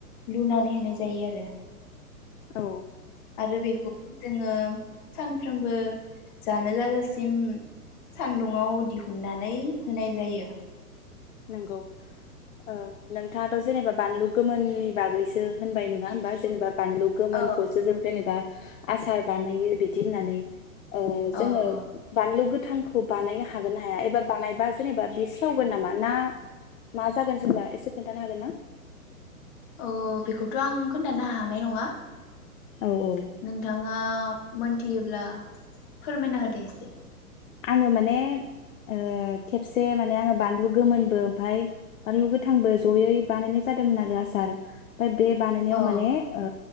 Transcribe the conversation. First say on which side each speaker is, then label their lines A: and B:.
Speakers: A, on the left; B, on the left.
A: लुनानै होनाय जायो आरो
B: औ
A: आरो बेखौ जोङो सानफ्रोमबो जानो जाजासिम सान्दुंङाव दिहुननानै होनाय जायो
B: नोंगौ ओ नोंथाङाथ' जेनेबा बानलु गोमोननि बागैसो होनबाय नङा होमबा जेनेबा बानलु गोमोनखौ
A: औ
B: जों जेनेबा आसार बानायो बिदि होननानै ओ जोङो
A: औ औ
B: बानलु गोथ थांखौ बानायनो हागोन ना हाया एबा बानायबा जेनेबा बेसे थौगोन नामा ना मा जागोन जेनबा एसे खोन्थानो हागोन ना
A: अ बेखौथ' आं खोन्थानो हानाय नङा
B: औ औ
A: नोंथाङा मोनथियोब्ला फोरमायना होदो एसे
B: आङो माने ओ खेबसे माने आङो बानलु गोमोनबो ओमफाय बानलु गोथांबो जयै बानायनाय जादोंमोन आरो आसार ओमफाय बे बानायनायाव
A: अ
B: माने ओ